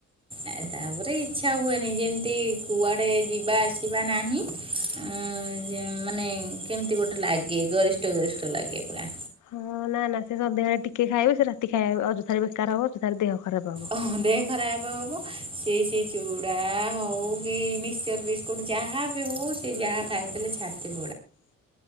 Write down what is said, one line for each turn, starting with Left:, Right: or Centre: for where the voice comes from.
Right: ଏ ତାପରେ ଇଚ୍ଛା ହୁଏନି ଯେମିତି କୁଆଡେ ଯିବା ଆସିବା ନାହିଁ। ଉଁ ଯେ ମାନେ କେମିତି ଗୋଟେ ଲାଗେ ଗରିଷ୍ଠ ଗରିଷ୍ଠ ଲାଗେ ପୁରା।
Left: ହଁ ନା ନା ସେ ସନ୍ଧ୍ୟାବେଳେ ଟିକେ ଖାଇବେ ସେ ରାତି ଖାଇବେ ଅଯଥାରେ ବେକାର ହବ ଅଯଥାରେ ଦେହ ଖରାପ ହବ।
Right: ଓହ, ଦେହ ଖରାପ ହବ। ସେ ସେ ଚୁଡ଼ା ହଉ କି ମିକ୍ସଚର୍ ବିସ୍କୁଟ୍ ଯାହା ବି ହଉ ସେ ଯାହା ଖାଇ <unintelligible>
Left: <inaudible>